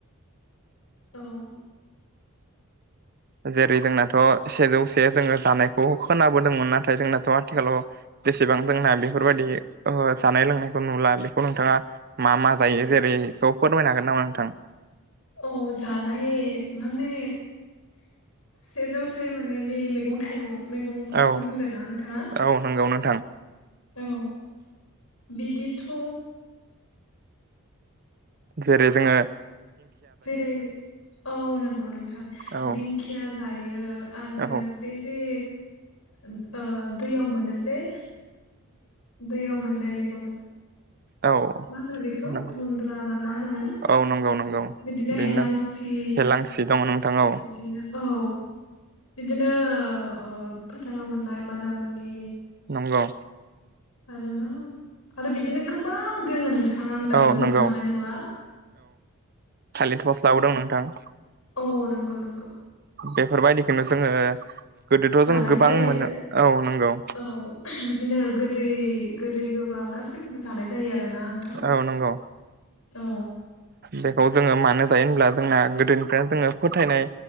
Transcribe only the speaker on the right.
जेरै जोंनाथ' सेजौसे जोंङो जानायखौ खोनाबोदोंमोन नाथाय जोंनाथ' आथिखालाव जेसेबां जोंना बेफोरबायदि ओ जानाय लोंनायखौ नुला बेखौ नोंथाङा मा- मा जायो जेरैखौ फोरमायनो हागोन नामा नोंथां?
औ
औ नंगौ नोंथां
जेरै जोंङो
औ
औ
औ
नंगौ
औ नंगौ -नंगौ।
बेनो
हेलांसि दङ नोंथां औ
नंगौ।
औ
नंगौ
थालि थस्लाबो दं नोंथां।
बेफोरबायदिखौनो जोङो गोदोथ'
जों गोबां
मोनो औ नंगौ।
औ नंगौ
बेखौ जोंङो मानो जायो होनब्ला जोंना गोदोनिफ्रायनो जोंङो फोथायनाय